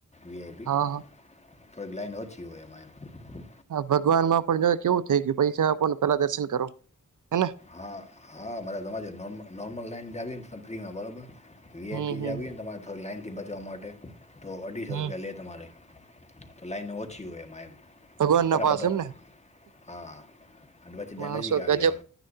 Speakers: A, on the left; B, on the right.
A: વી આઈ પી
B: હા
A: થોડીક
B: હા
A: લાઈન ઓછી હોય, એમ એમાં.
B: હા, ભગવાનમાં પણ જોય કેવું થઈ ગયું, પૈસા આપોને પેલા દર્શન કરો. હેને
A: હા. હા મરે તમારે જો નોર્મલ નોર્મલ લાઈન જીએ ને તમે ફ્રીમાં બરાબર વીઆઈપી
B: હમ હમ
A: જાવીએ ને તમારે થોડી લાઈન. થી બચવા માટે તો અઢીસો
B: હમ
A: રૂપિયા લે તમારે. તો લાઈન ઓછી હોય એમાં એ
B: ભગવાન
A: તો
B: ના
A: ફટાફટો
B: પાસે એમને
A: હા. પછી
B: માણસો
A: દનજીક આવી.
B: ગજબ